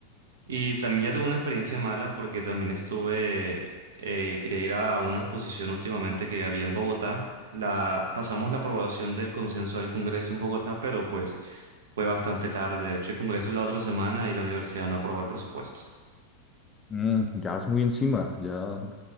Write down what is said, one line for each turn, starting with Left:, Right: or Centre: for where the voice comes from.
Right: Y también ya tuve una experiencia mala porque también estuve, eh, quería ir a una exposición últimamente que había en Bogotá. La, pasamos la aprobación del consenso del Congreso en Bogotá, pero pues fue bastante tarde. De hecho, el Congreso es la otra semana y la universidad no aprobó el presupuesto.
Left: Mm, ya es muy encima, ya